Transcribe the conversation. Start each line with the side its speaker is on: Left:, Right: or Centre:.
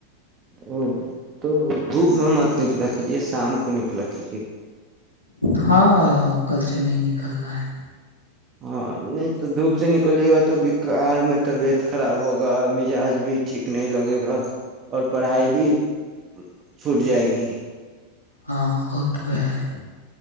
Right: ا <unintelligible> تو دھوپ میں مت نکلا گ کیجیے شام کو نکلا کیجیے
Left: ہاں کل سے نہیں نکلنا ہے
Right: ہاں نہیں تو دھوپ سے نکلے گا تو کار میں طبیعت خراب ہوگا مزاج بھی ٹھیک نہیں لگے گا اور پڑھائی بھی <unintelligible> چھوٹ جائے گی
Left: ہاں وہ تو ہے <unintelligible>